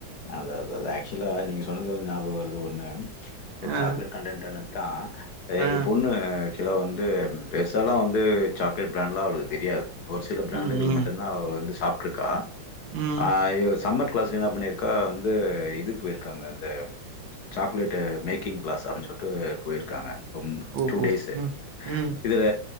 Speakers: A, on the left; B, on the right.
A: அதான் அதான் அது ஆக்சுவலா நீங்க சொன்னது வந்து வருது ஒண்ணு இந்த
B: அ
A: சாக்லேட் கன்டென்ட் என்னத்தான் எங்க
B: அ
A: பொண்ணு ஆக்சுவலா வந்து பெருசாலா வந்து சாக்லேட் பிராண்ட்லா அவளுக்கு தெரியாது ஒரு சில பிராண்டுகள்
B: ம் ம்
A: மட்டுந்தா அவ வந்து சாப்ட்ருக்கா
B: ம்
A: ஆஹ் இல் சம்மத் கிளாஸ் என்ன பண்ணிர் அக்கா வந்து இதுக்கு போயிருக்காங்க அந்த சாக்லேட்ட மேக்கிங் கிளாஸ் அப்டின்னு சொல்லிட்டு போயிருக்காங்க ம்
B: ஓஹோ
A: டூ டேஸ்
B: ம் ம்
A: இதுல